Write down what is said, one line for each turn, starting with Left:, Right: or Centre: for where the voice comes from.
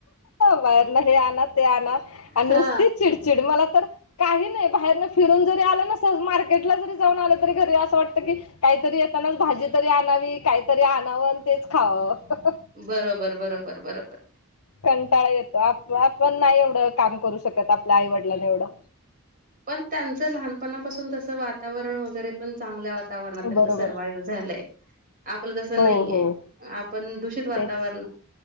Left: बाहेर न हे आण ते आण आणि
Right: हा
Left: नुसती चिडचिड मला तर. काही नाही बाहेरन फिरून जरी आलं ना स मार्केटला जरी जाऊन आलं तरी घरी असं वाटतं की. काहीतरी येतानाच भाजी तरी आणावी काहीतरी आणावं आणि तेच खावं.
Right: बरोबर बरोबर बरोबर.
Left: कंटाळा येतो आप आपण नाही काम करू आपल्या आईवडिलांन एवढं.
Right: पण त्यांचं लहानपणापासून तसं वातावरण वगैरे पण चांगलं वा. वातावरणात त्यांच
Left: बरोबर
Right: सर्वायव झालंय आपलं तस नाहीये.
Left: हो हो
Right: आपण दूषित वातावरण
Left: तेच